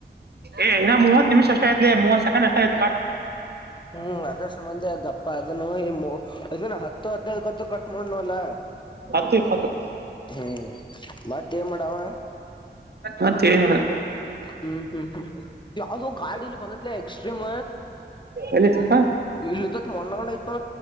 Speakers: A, on the right; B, on the left.
A: ಏ್ ಮೂತ್ ನಿಮಿಷ ಅಷ್ಟ ಆಯತ್ಲಿ ಮೂವತ್ ಸೆಕಂಡ್ ಅಷ್ಟ ಆಯತ
B: ಹ್ಮ್ ಅದರ್ಸು ಮಂದಿ ಗಪ್ಪ ಅದನ್ನು ಈ ಅನ ಹತ್ತು ಹದ್ನೈದಕದ್ದು ಕಟ್ ಮಾಡನವಲ್ಲ
A: ಹತ್ತು ಇಪ್ಪತ್ತು
B: ಹ್ಮ್ ಬತಿಯ ಮಾಡಾವ
A: ಮತ್ತೇನಿಲ್ಲ
B: ಹ್ಮ್ ಹ್ಮ್ ಹ್ಮ್ ಯಾವ್ದೋ ಗಾಡಿಲ್ಲಿ ಬಂದತ್ಲ ಎಕ್ಸ್ಟ್ರೀಮ್
A: ಎಲ್ಲಿತ್ತಪ್ಪ
B: ಇತ ಮೊ್ಣ ಕಂಡ